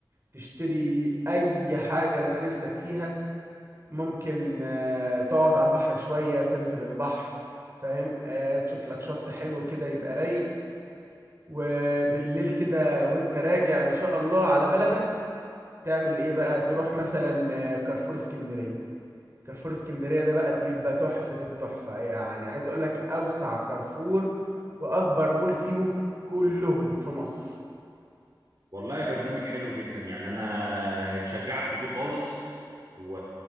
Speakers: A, on the right; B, on the right.
A: تشتري اي حاجه انت نفسك فيها ممكن آه، تقعد على البحر شويه تنزل البحر فاهم آه، تشوف لك شط حلو كده يبقى رايق وبالليل كده وانت راجع ان شاء الله على بلدك تعمل ايه بقى تروح مثلا آه، كارفور اسكندريه كارفور اسكندرية ده بقى بيبقى تحفة التحفة يعني عايز اقول لك اوسع كارفور واكبر مول فيهم كلهم في مصر
B: والله برنامج حلو جدا يعني انا اتشجعت بيه خالص و...